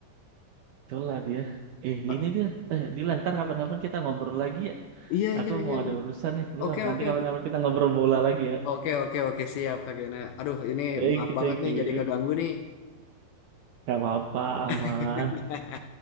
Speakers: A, on the right; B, on the left.
A: itulah dia eh
B: Pak,
A: ini dia eh Dilan ntar kapan-kapan kita ngobrol lagi ya
B: Iya,
A: aku
B: iya, iya,
A: mau ada
B: iya.
A: urusan nih keluar
B: Oke,
A: nanti
B: oke,
A: kapan-kapan kita ngobrol bola lagi ya
B: Oke, oke, oke, siap Kak Gena. Aduh, ini
A: baik
B: maaf
A: kita
B: banget
A: you thank
B: nih
A: you.
B: jadi ngeganggu nih.
A: Gak apa-apa aman
B: <laughs>